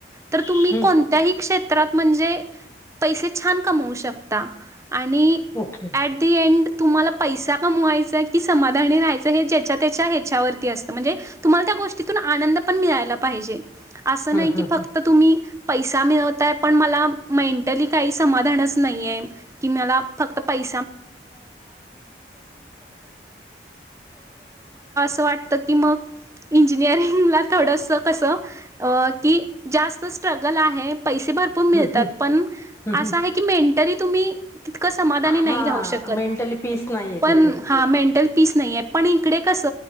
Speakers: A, on the right (about 15°); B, on the left (about 15°).
A: तर तुम्ही
B: हम्म
A: कोणत्याही क्षेत्रात म्हणजे पैसे छान कमवू शकता आणि
B: ओके
A: ॲट द एंड तुम्हाला पैसा कमवायचा की समाधानी राहायचं हे ज्याच्या त्याच्या हे म्हणजे तुम्हाला गोष्टीून आन पण मिलाज असं
B: हम्म
A: नाही
B: हम्म
A: की फक्त
B: हम्म
A: तुम्ही पैसा मिळवतय पण मला मेंटली काही समाधानच नाहीये की मला फक्त पै ् असं वाटतं की मग इंजिनिअरिंगला थोडंसं कसं की जास्त स्ट्रगल आहे प भरपूर मितात
B: हम्म हम्म
A: पण अस
B: हम्म
A: आहे क मेंटली तुम्ही सा नाही
B: हा
A: रा शकत
B: मेंटली पीस नाहीये
A: पण
B: तिथे.
A: हे ल पीस नाहीे पण इकडे कस